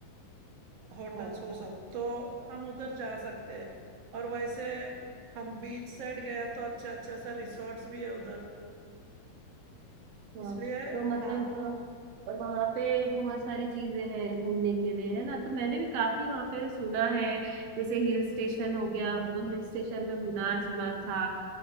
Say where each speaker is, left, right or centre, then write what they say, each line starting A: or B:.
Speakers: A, on the right; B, on the right.
A: होटल्स
B: हाँ
A: वो सब तो हम उधर जा सकते हैं और वैसे हम बीच साइड गया तो अच्छा अच्छा सा रिसोर्ट्स भी है उधर
B: हाँ
A: इसलिए
B: तो मतलब
A: हाँ
B: और वहाँ पे बहुत सारी चीजें हैं घूमने के लिए है ना तो मैंने भी काफी वहाँ पे सुना है जैसे हिल स्टेशन हो गया वो हिल स्टेशन में मुनार सुना था